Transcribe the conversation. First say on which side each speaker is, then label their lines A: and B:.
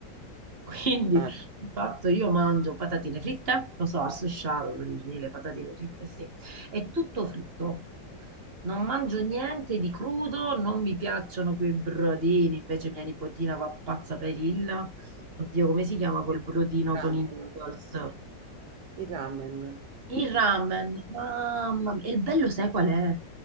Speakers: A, on the right; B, on the right.
A: <laughs> Quindi
B: eh.
A: di fatto io mangio patatine fritte, lo so, al susciaro, tu dici, le patatine fritte, sì, è tutto fritto. Non mangio niente di crudo, non mi piacciono quei brodini, invece mia nipotina va pazza per il, oddio, come si chiama quel brodino
B: Ramen,
A: con i noodles?
B: il ramen,
A: Il ramen, mamma mia, e il bello sai qual è?